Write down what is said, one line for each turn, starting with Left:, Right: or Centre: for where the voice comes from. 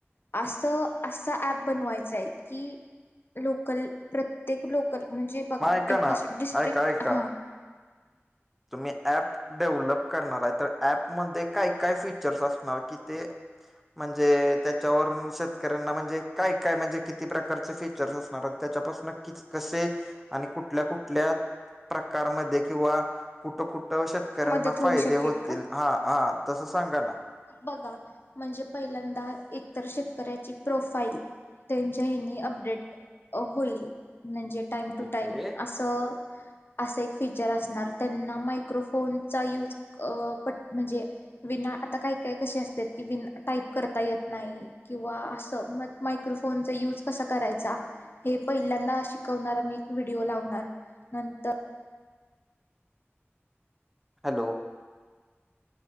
Left: असं असा ऍप बनवायचा आहे की लोकल प्रत्येक लोकल म्हणजे बघा
Centre: मग ऐका
Left: एक
Centre: ना
Left: अशी डिस
Centre: ऐका ऐका
Left: हम्म.
Centre: तुम्ही ॲप डेव्हलप करणार आहे तर, ऍपमध्येध्ये काय काय फीचर्स असणार, की ते म्हणजे त्याच्यावरून शेतकऱ्यांना म्हणजे काय काय म्हणजे किती प्रकारचे फीचर्स असणार त? त्याच्यापासून कि कसे आणि कुठल्या कुठल्या प्रकारमध्ये किंवा कुठं कुठं शेतकऱ्यांना
Left: मदत होऊ
Centre: फायदे
Left: शकेल
Centre: होतील?
Left: का
Centre: हा हा तसं सांगा ना.
Left: बघा म्हणजे पहिल्यांदा एकतर शेतकऱ्याची प्रोफाईल त्यांच्या यांनी अपडेट होईल. म्हणजे टाईम टू
Centre: ओके
Left: टाइम असं, असे एक फीचर असणार त्यांना मायक्रोफोन फोनचा यूज अ पट म्हणजे विना आता काय काय कशी असत्यात की, विन टाईप करता येत नाही. किंवा असं मग मायक्रोफोनचा युज कसा करायचा? हे पहिल्यांदा शिकवणार मी एक व्हिडीओ लावणार नंतर
Centre: हॅलो?